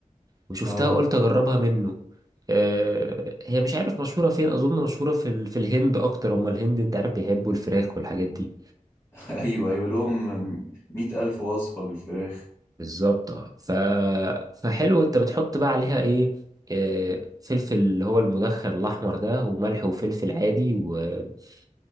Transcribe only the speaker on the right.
وشفتها
قلت اجربها منه آه، هي مش عارف مشهوره فين اظن مشهوره في ال... في الهند اكتر هما الهند انت عارف بيحبوا الفراخ والحاجات دي
بالظبط اه ف... فحلو انت بتحط بقى عليها ايه آه، فلفل اللي هو المدخن الاحمر ده وملح وفلفل عادي وبس